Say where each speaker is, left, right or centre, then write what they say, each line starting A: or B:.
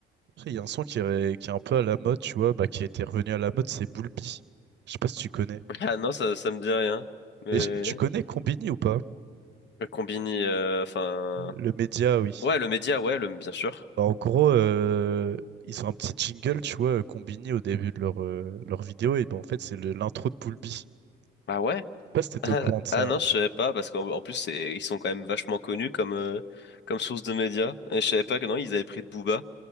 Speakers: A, on the right; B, on the left.
A: Après, il y a un son qui est, qui est un peu à la mode, tu vois, bah, qui était revenu à la mode, c'est Bulbi. Je sais pas si tu connais.
B: <laughs> Ah non, ça, ça me dit rien. Mais...
A: Mais je- tu connais Combini ou pas?
B: Le Combini, euh, enfin...
A: Le média, oui.
B: Ouais, le Média, ouais, le... bien sûr.
A: Bah, en gros, euh, ils ont un petit jingle, tu vois, euh, Combini au début de leur, euh, leur vidéo, et bah, en fait, c'est le- l'intro de Bulbi. Je
B: Ah ouais? <laughs>
A: sais pas si t'étais
B: Ah,
A: au courant de ça.
B: ah non, je savais pas, parce qu'en en plus, c'est- ils sont quand même vachement connus comme, euh, comme source de médias. Et je savais pas que non, ils avaient pris de Booba.